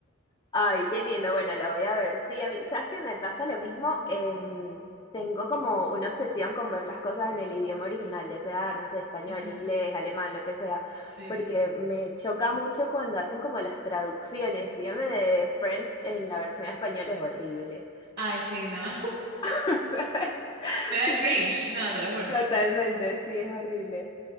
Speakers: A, on the left (about 20°); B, on the right (about 60°).
A: Ay, qué lindo. Bueno, la voy a ver. Sí, a mí, ¿sabes qué me pasa lo mismo? Em, tengo como una obsesión con ver las cosas en el idioma original, ya sea, no sé, español,
B: Ujú,
A: inglés, alemán, lo que sea,
B: sí.
A: porque me choca mucho cuando hacen como las traducciones. Dígame de Friends en la versión española es horrible.
B: Ay, sí, no. <laughs>
A: <laughs> O sea,
B: Me da
A: sí,
B: cringe,
A: te-
B: no, te lo juro.
A: Totalmente, sí, es horrible.